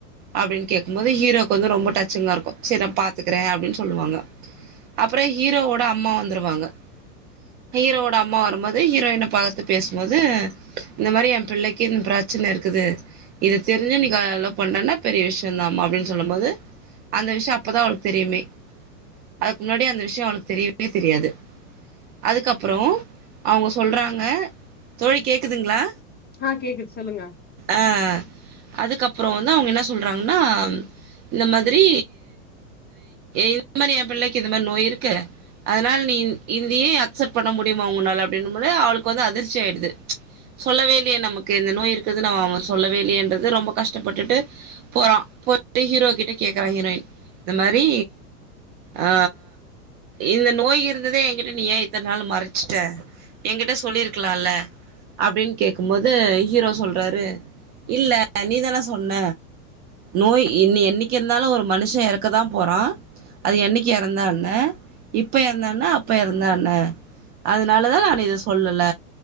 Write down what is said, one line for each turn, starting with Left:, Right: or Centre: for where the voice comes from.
Right: அப்டின்னு கேக்கும்போது ஹீரோவுக் வந்து ரொம்ப டச்சிங்கா இருக்கு சரி நா பாத்துக்கற அப்டின் சொல்லுவாங்க அப்றோ ஹீரோவோட அம்மா வந்துருவாங்க ஹீரோவோட அம்மா வரும்போது ஹீரோயின பாத்து பேசுபோது இந்த மாரி எ பிள்ளைக்கு இந்த பிரச்சன இருக்குது இத தெரிஞ்சு நீக்க லவ் பண்றேன்னா பெரிய விஷயந்தா அப்டின்னு சொல்லும் போது அந்த விஷய அப்பதா அவளுக்கு தெரியுமே அதுக்கு முன்னாடி அந்த விஷய அவளுக்கு தெரியவே தெரியாது அதுக்கப்றோ அவங்க சொல்றாங்க தோழி கேக்குதுங்ளா
Left: ஆ கேக்குது சொல்லுங்க
Right: அ அ அதுக்கப் ப்றோ வந்து அவங்க என்ன சொல்கறாங்கன்னா இந்த மாதிரி இந்த மாதிரி எ பிள்ளைக் இத மேரி நோய் இருக்கு அதனால் நீ இந்தியே அக்சப் பண்ண முடியுமா உங்கனால அப்படின்னுபோது அவளுக்கு வந்து அதிர்ச்சி ஆகிடுது சொல்லவே இல்லியே நமக்கு இந்த நோய் இருக்குது நம்ம அவங்க சொல்லவே இல்யேன்றது ரொம்ப கஷ்டப்பட்டுட்டு போறா போயட்டு ஹீரோ கிட்ட கேக்குறா ஹீரோயின் இந்த மாரி அ இந்த நோய் இருந்தத என்கிட்ட நீ ஏன இத்தன் நாள் மறச்ச ஷ்ட ஏங்கிட்ட சொல்லிருக் க்லால அப்டின் கேக்குபோது ஹீரோ சொல்றாரு இல்ல நீதான சொன்ன நோய் இன்னி என்னக்கி இருந்தாலு ஒரு மனுஷ எறக்க தா போறோா அது என்னக்கி எறந்தாண்ண இப்ப எறந்தான்ன அப்ப எறந்தாண்ண அதனால தா நான் இத சொல்லல